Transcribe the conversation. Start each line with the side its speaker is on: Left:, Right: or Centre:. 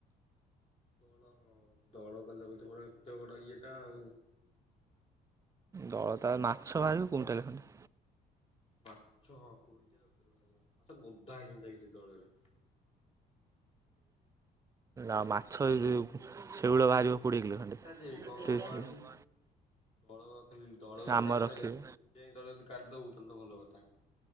Left: ଦଳ ହଁ ଦଳ ଗଲେ <unintelligible> ଏତେ ବଡ ଇଏଟା ଆଉ।
Right: ଦଳତା ମାଛ ବାହାରିବ କୁଇଂଟାଲ ଖଣ୍ଡେ।
Left: ମାଛ ହଁ କୁଇଣ୍ଟାଲ ଉପରେ ବାହାରିବା ମାଛ ଗଦା ହେଇଛନ୍ତି ସେ ଦଳରେ।
Right: ଆଉ ମାଛ
Left: ହଁ
Right: ଏ ଯୋଉ
Left: ସେ ଗାଡ଼ିଆ ରେ
Right: ଶେଉଳ ବାହାରିବ କୋଡ଼ିଏ
Left: ନେଲେ
Right: କିଲୋ
Left: ହୁଅନ୍ତା
Right: ଖଣ୍ଡେ
Left: ଯେ କଣ
Right: ତିରିଶ
Left: ହବ କହନି।
Right: କିଲୋ
Left: ଦଳ ଖାଲି ଦଳ ଗୁଡା
Right: ଆମ
Left: କାଢିଦେଲେ
Right: ରଖିବେ
Left: ତୁ ଜେ ଦଳ ଗୁଡ଼ା କାଢିଦବୁ ତାହେଲେ ତ ଭଲ କଥା।